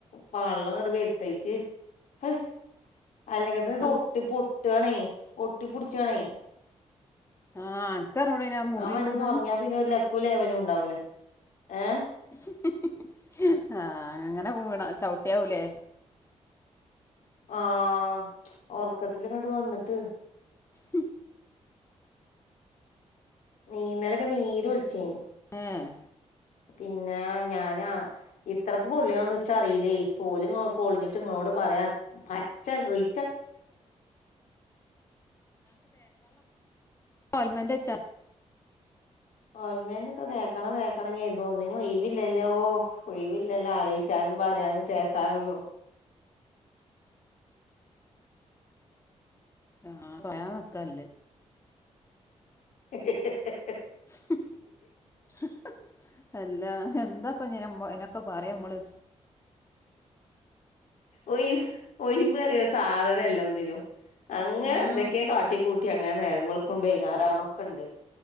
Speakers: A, on the left; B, on the left.
A: പള്ളങ്ങട് വെര്തായിട്ട് ഹഹ് അല്ലെങ്കിതെന്നെതോട്ടിപൊട്ടാണേയ്
B: അത്
A: ഒട്ടിപ്പുഡ്ച്ചാണേയ്
B: ആഹ് അനക്കറിഞ്ഞൂടെ മുറി
A: ആ, മനഷ്യന്ന്റങ്ങിയപ്പിനൊരു,
B: ഉണ്ടെന്ന്
A: ലക്കു, ലെവലും, ണ്ടാവൂല ഏഹ്
B: ഹഹ്, ഹഹ്, ആ, അങ്ങനെ, വീണോ, ചവിട്ടിയാവൂലേ
A: ആഹ് ഓർക്കത്തിലങ്ങട്ട്, വന്നിട്ട്
B: ഉം,
A: നീന്നെലൊക്കെ, നീരൊൽചീഞ്ഞും
B: ഏഹ്
A: പിന്ന, ഞാനാ, ഇത്രക്ക്, പൊള്ളിയെന്നും, ഇച്ചറീലെയ്, തോല്, ങ്ങ, പൊളിഞ്ഞി പറയാ, പച്ച, ഇൾ
B: <inaudible> <inaudible> ഓല്മെന്റ്
A: ഓൽമേന്റെക്കെ, തേക്കണം, തേക്കണം, കെർതും, തോന്നിനും, ഒയ് വില്ലല്ലോ ഒയിവില്ലല്ലോ, ആലോചിച്ചാ പറയാനും, തേക്കാനൊന്നും
B: ആഹ് പറയാ, തെക്കല്ലേ
A: <unintelligible>
B: ഹഹ ആഹ്ഹ, അല്ലാ, എന്താ പ്പൊ, ഞ, നിനൊക്കെ പറയാമ്മള്
A: ഒയി, ഒയിവ്റയണ സാധനല്ല ഒന്നിനും അങ്ങനെ,
B: ഉം
A: എന്തൊക്കെ, കാട്ടി, കൂട്ടി, അങ്ങനെ, നേരമ്പോളക്കു, വെയ്നാരാവണ ഒക്കെ, ണ്ട്